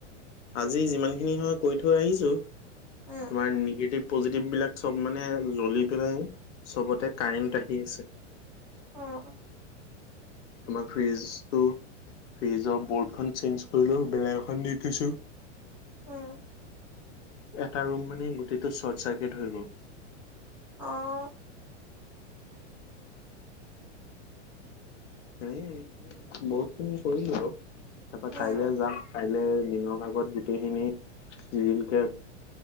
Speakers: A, on the left (about 75°); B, in the centre.
A: আজি যিমান খিনি হয় কৈ থৈ আহিছো
B: উম
A: তোমাৰ নিগেটিভ পজিটিভ বিলাক চব মানে জ্বলি পেলাই চবতে কাৰেণ্ট আহি আছে
B: আহ
A: তোমাৰ ফ্ৰিজটো ফ্ৰিজৰ বৰ্ডখন চেঞজ কৰিলো বেলেগ এখন দি থৈছো
B: উম
A: এটা ৰুম মানে গুটিটো চ্বৰ্ট চাৰ্কিট হৈ গ'ল
B: আহ
A: এ বহুত খিনি কৰিলো আৰু তাৰাপা
B: উম
A: কাইলে যাম কাইলে দিনৰ ভাগত গোটেইখিনি জিলকে